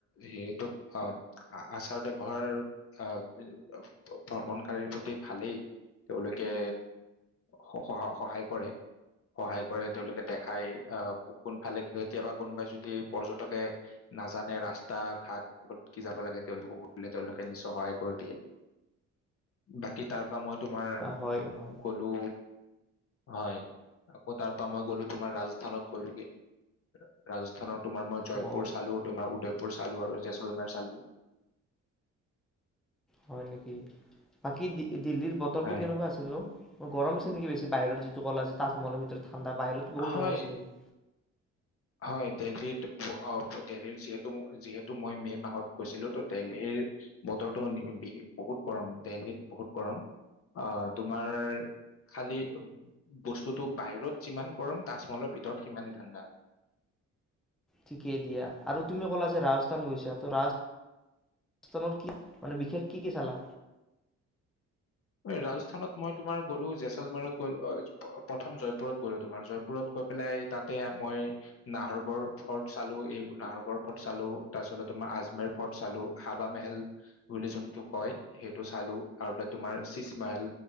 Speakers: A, on the left (about 50°); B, in the centre.
A: সেইটো অ আচাৰ ব্যৱহাৰ, আহ ভ্ৰমণকাৰীৰ প্ৰতি ভালেই তেওঁলোকে সহ সহায় কৰে। সহায় কৰে তেওঁলোকে দেখাই, আহ কোনফালে কেতিয়াবা কোনোবাই যদি পৰ্যটকে নাজানে ৰাস্তা ঘাট, ক'ত কি যাব লাগে তেওঁলোকক সুধিলে তেওঁলোকে নিচয় সহায় কৰি দিয়ে। বাকী তাৰ মই তোমাৰ
B: আহ, হয় হয়
A: গলো হয়। আকৌ তাৰ পৰা মই গ'লো তোমাৰ ৰাজস্থানত গলোগে। ৰাজস্থানৰ তোমাৰ মই জয়পুৰ
B: অ
A: চালো। তোমাৰ উদয়পুৰ চালো আৰু জেচলমাৰী চালো।
B: হয় নেকি, বাকী দিল্লীৰ বতৰটো
A: হয়
B: কেনেকুৱা আছিল? ছিলো। গৰম আছিল নেকি বেছি বাহিৰত যিটো কলা যে তাত ভিতৰত ঠাণ্ডা বাহিৰত বহুত
A: হয়
B: গৰম আছিলে নেকি?
A: হয় দেল্হীত, অ দেল্হীত যিহেতু যিহেতু মই মে মাহত গৈছিলো। ত দেল্হীৰ বতৰতো বহুত গৰম দেল্হীত। বহুত গৰম। আহ তোমাৰ খালি বস্তুতটো বাহিৰত যিমান গৰম, তাজমহলৰ ভিতৰত সিমানেই ঠাণ্ডা।
B: ঠিকেইে দিয়া। আৰু তুমি ক'লা যে ৰাজস্থান গৈছা, ত ৰাজ স্হানত কি মানে বিশেষ কি কি চালা?
A: ৰাজস্থানত মই তোমাৰ গ'লো জেচলমোৰত গলো প্ৰথম জয়পুৰত গ'লো তোমাৰ জয় পুৰত গৈ পেলাই তাতে মই নাহৰগড় ফৰ্ট চালো, এই নাহৰগডৰ ফৰ্ট চালো, তাৰপছতে তোমাৰ আজমেৰ ফৰ্ট চালো। হাবা মেহেল বুলি যোনটো কয়, সেইটো চালো আৰু ত তোমাৰ চীজমল,